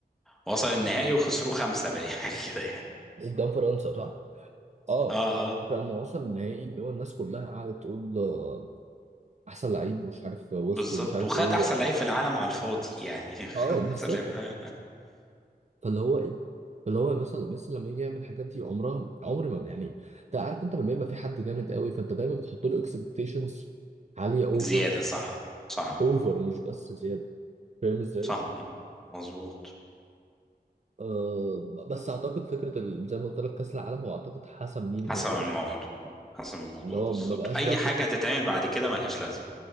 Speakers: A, in the centre; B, on the right (about 45°).
A: وصل النهائي وخسروه خمسه بقى <laughs> يعني كده يعني
B: قدام فرنسا صح؟ اه
A: اه اه
B: كان وصل النهائي اللي هو الناس كلها قعدت تقول آه، احسن لعيب ومش عارف وسط
A: بالظبط
B: ومش عارف
A: وخد
B: ايه و...
A: احسن لعيب في العالم على الفاضي يعني <laughs> خد
B: اه بالظبط
A: احسن لعيب
B: فاللي هو اللي هو مثلا مثلا لما يجي يعمل الحاجات دي عمرها عمر ما يعني انت عارف انت لما يبقى في حد جامد قوي فانت دايما بتحط له اكسبكتيشنز عاليه اوفر
A: زيادة صح صح
B: اوفر مش بس زياده فاهم ازاي؟
A: صح مظبوط
B: أه بس اعتقد فكره ال- زي ما قلت لك كاس العالم هو اعتقد حسم ليه نهائي
A: حسب الموضوع
B: بقى
A: حسب الموضوع
B: اللي هو
A: بالظبط
B: ما بقاش
A: أي
B: بقى
A: حاجة
B: فكره
A: هتتعمل بعد كده ملهاش لازمة